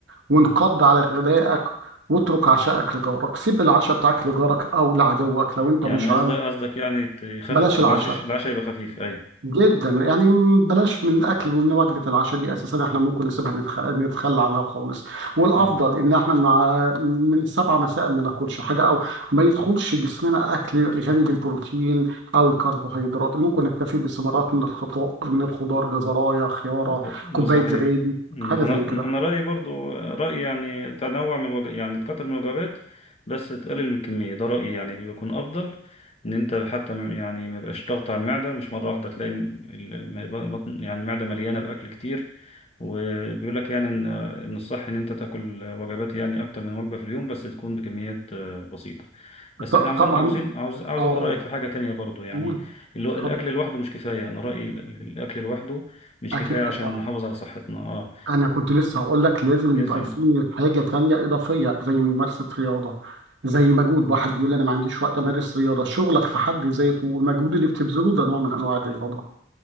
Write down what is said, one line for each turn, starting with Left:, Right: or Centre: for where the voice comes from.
Right: وانقض على غدائك واترك عشاءك لجارك سيب العشاء بتاعك لجارك او لعدوك لو انت
Left: يعني
Right: مش
Left: قصدك قصدك يعني ت- يخفف
Right: بلاش
Left: العشاء
Right: العشاء
Left: العشاء يبقى خفيف أيوة
Right: جدا يعني بلاش من اكل من وجبه العشاء دي اساسا احنا ممكن نسيبها نتخ... نتخلى عنها خالص والافضل
Left: أيوة
Right: ان احنا مع من سبعة مساء ما ناكلش حاجه او ما يدخلش جسمنا اكل غني بالبروتين او الكربوهيدرات ممكن نكتفي بثمرات من الخضار من الخضار جزرايه خياره
Left: لا ده
Right: كوبايه
Left: صحيح
Right: زبادي
Left: مم.
Right: حاجه
Left: انا
Right: زي كده
Left: انا رايي برضو رايي يعني تنوع من الوج... يعني تكتر من الوجبات بس تقلل من الكميه ده رايي يعني بيكون افضل ان انت حتى م- يعني ما يبقاش ضغط على المعده مش مره واحده تلاقي ال- البطن يعني المعده مليانه باكل كتير وبيقول لك يعني ان ان الصح ان انت تاكل وجبات يعني اكتر من وجبه في اليوم بس تكون بكميات آه، بسيطه بس
Right: ط-
Left: احنا عاوزين
Right: طبعا
Left: عاوزين عاوز عاوز
Right: اه اه
Left: اخد رايك في حاجه تانية برضو يعني
Right: قول
Left: اللي هو الاكل
Right: اتفضل
Left: لوحده مش كفايه انا رايي ال- ال- الاكل لوحده مش
Right: اكيد
Left: كفاية عشان
Right: طبعا
Left: نحافظ على صحتنا اه
Right: أنا كنت لسه هقول لك لازم
Left: لازم
Right: يبقى في حاجة تانية إضافية زي ممارسة رياضة زي مجهود واحد يقول أنا ما عنديش وقت أمارس رياضة شغلك في حد ذاته والمجهود اللي بتبذله ده نوع من أنواع الرياضة